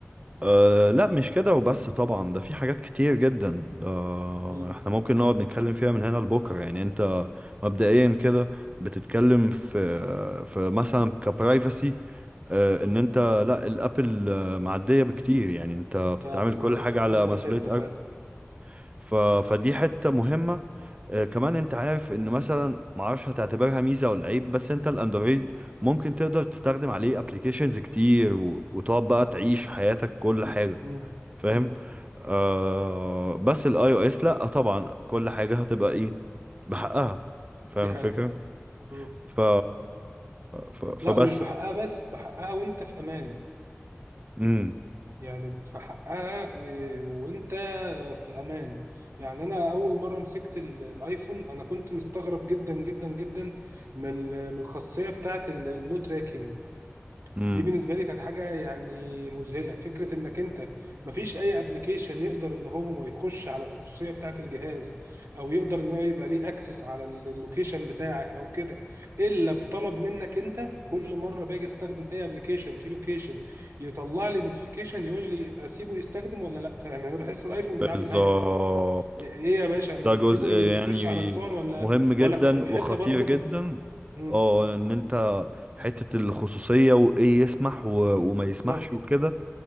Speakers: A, on the right (about 25°); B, on the right (about 70°).
A: أه لا مش كده وبس طبعا ده في حاجات كتير جدا ده
B: مم.
A: احنا ممكن نقعد نتكلم فيها من هنا لبكره يعني انت مبدئيا كده بتتكلم في في مثلا كبرايفسي أه
B: مم.
A: ان انت لا الابل آه، معديه بكتير يعني انت بتتعامل
B: انت في
A: كل
B: اه
A: حاجه
B: انت في
A: على
B: افضل
A: مسؤوليه
B: حته
A: ابل
B: فعلا
A: ف فدي حته مهمه أه كمان
B: مم.
A: انت عارف ان مثلا معرفش هتعتبرها ميزه ولا عيب بس انت الاندرويد ممكن تقدر تستخدم عليه ابلكيشنز كتير و... وتقعد بقى تعيش حياتك كل حاجه
B: مم.
A: فاهم
B: مم.
A: آه بس الاي او اس لا طبعا كل حاجه هتبقى ايه بحقها فاهم
B: دي حقيقه
A: الفكره
B: مم.
A: ف, ف... فبس
B: لا ومش بحقها بس بحقها وانت في امان
A: امم
B: يعني في حقها إيه، وانت في امان يعني انا اول مره مسكت ال- الايفون انا كنت مستغرب جدا جدا جدا من ال- من الخاصيه بتاعه النو تراكنج
A: امم
B: دي بالنسبه لي كانت حاجه يعني مذهله فكره انك انت مفيش اي ابلكيشن يقدر ان هو يخش على الخصوصيه بتاعه الجهاز او يقدر ان هو يبقى ليه اكسس على اللوكيشن بتاعك او كده الا بطلب منك انت كل مره باجي استخدم اي ابلكيشن في لوكيشن يطلع لي نوتيفيكيشن يقول لي اسيبه يستخدم ولا لا يعني انا بحس الايفون
A: بالظبط
B: بيتعامل معايا كده بالظبط ايه إيه يا باشا نسيبه
A: ده جزء يعني
B: يخش على الصور ولا
A: مهم جدا
B: ولا
A: وخطير
B: حته برضه
A: جدا
B: في ال... مم،
A: اه ان انت حته الخصوصيه وايه يسمح و... وما
B: بالظبط
A: يسمحش وكده